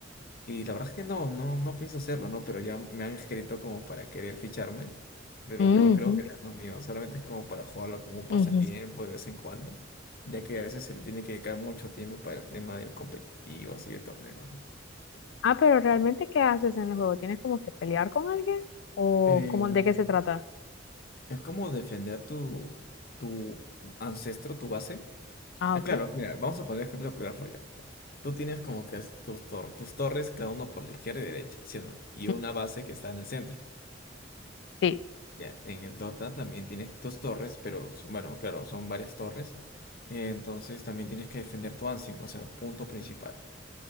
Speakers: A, on the left (about 50°); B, on the left (about 65°).
A: Y la verdad es que no, no, no pienso hacerlo, ¿no? Pero ya me han escrito como para querer ficharme. Pero
B: Ujú,
A: no, creo que no es lo mío. Solamente es como para jugarlo como un
B: ujú.
A: pasatiempo de vez en cuando. Ya que a veces se le tiene que dedicar mucho tiempo para el tema de competitivos y de torneos, ¿no?
B: Ah, pero realmente, ¿qué haces en el juego? ¿Tienes como que pelear con alguien? ¿O
A: Eh,
B: cómo, de qué se trata?
A: Es como defender tu, tu ancestro, tu base.
B: Ah,
A: Ah,
B: ok.
A: claro, mira, vamos a poner ejemplo de Clash Royale. ya. Tú tienes como que es- tus, tor- tus torres, cada uno por la izquierda y derecha, ¿sí o no? Y
B: Mm,
A: una base que está en el centro.
B: Sí.
A: Ya, en el Dota también tienes tus torres, pero s- bueno, claro, son varias torres. Eh, Entonces también tienes que defender tu ancien, o sea, el punto principal.